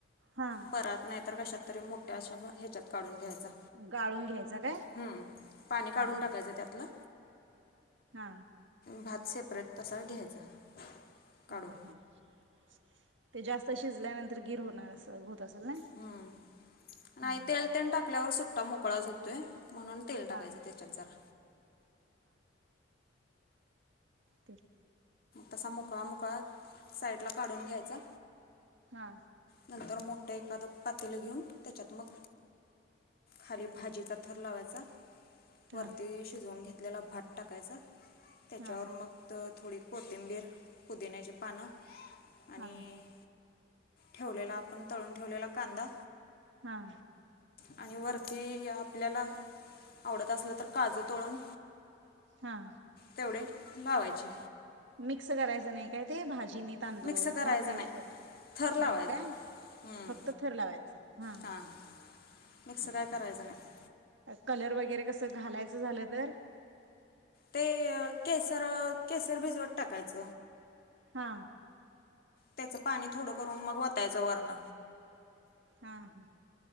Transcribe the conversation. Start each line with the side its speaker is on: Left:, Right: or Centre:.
Right: हा
Left: परात नाही तर कशात तरी त्या अशा भा ह्याच्यात काढून घ्यायचा
Right: गाळून घ्यायचा काय
Left: हम्म पाणी काढून
Right: हा
Left: टाकायचं त्यातलं
Right: हा
Left: भात सेपरेट तसा घ्यायचा काढून
Right: हम्म हम्म <inaudible> ते जास्त शिजल्यानंतर गिर होणार अस असेल ना
Left: हम्म नाही
Right: हा
Left: तेल तेल टाकल्यावर सुट्ट तो मोकळाच होतोय. म्हणून तेल टाकायचं
Right: हा
Left: त्याच्यात जरा
Right: तेल
Left: तसा मोकळा मोकळा साईडला काढून घ्यायचा
Right: हा
Left: नंतर मो एखाद एखादं पातेलं घेऊन त्याच्यात मग खाली भाजीचा थर लावायचा. वरती
Right: हा
Left: शिजवून घेत आपल्याला भात टाकायचा त्याच्यावर
Right: हा
Left: मग त थोडी कोथिंबीर पुदिन्याचे पानं आणि
Right: हा
Left: ठेवलेलं आप आपण तळून ठेवलेला कांदा
Right: हा
Left: आणि वर ती आपल्याला आवडत असलं तर काजू तळून
Right: हा
Left: तेवढे लावायचे.
Right: मिक्स करायच नाय काय ते भाज जिनी तांदूळ
Left: मिक्स करायचं
Right: भातयी उकडल
Left: नाही थर लावायचा
Right: नाही का
Left: हम्म,
Right: फक्त थर लावायच हा
Left: हां मिक्स
Right: ह
Left: काय करायचं नाही
Right: ह कलर वगैरे कस घालायचं झालंतर
Left: ते केसरं अ केसर भिजवत टाकायच
Right: हा
Left: त्याच पाणी थोड करून मग वताय तो वरण
Right: हा हं